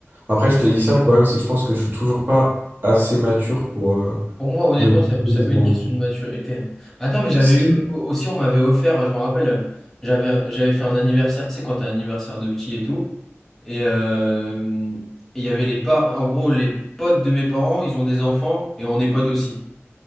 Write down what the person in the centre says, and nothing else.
Pour moi, honnêtement,
ça, ça
peut être une question de maturité. hein. Attends, mais j'avais
eu aussi, on m'avait offert, je me rappelle, j'avais j'avais fait un anniversaire, tu sais, quand t'as un anniversaire de petit et tout. Et euh, et il y avait les pas, en gros, les potes de mes parents, ils ont des enfants et on est potes aussi.